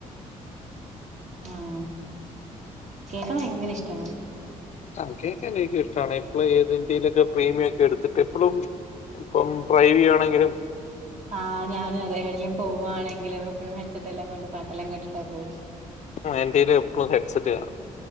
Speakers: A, on the right; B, on the left.
A: ആഹ് കേക്കാൻ വയങ്കര ഇഷ്ടാണ്
B: ആ ഉ കേക്കാൻ എനിക്ക് ഇഷ്ടാണ് ഇപ്പഴീത് ന്ത്യയിലൊക്കെ പ്രീമിയം ക്കെഎട്ത്തിട്ട് എപ്പളും ഇപ്പം ഡ്രൈവെയണെങ്കിലും
A: ആ ഞാനും അതേ ഏടെലും പോവാണെങ്കിലും എപ്പഴും ഹെഡ് സെറ്റെല്ലാം കൊണ്ട് പാട്ടെല്ലാം കേട്ടിട്ടാ പോവ്ള്ളൂ
B: ആ എന്റേല് എപ്പളും ഹെഡ്സെറ്റ് കാണാ